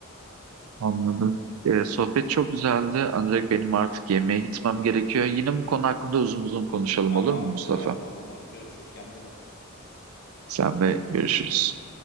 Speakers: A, on the right; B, on the left.
A: anladım. E, sohbet çok güzeldi ancak benim artık yemeğe gitmem gerekiyor. Yine bu konu hakkında uzun uzun konuşalım
B: Tamamdır
A: olur mu Mustafa?
B: abi o zaman görüşürüz kendine iyi bak.
A: Sen de görüşürüz.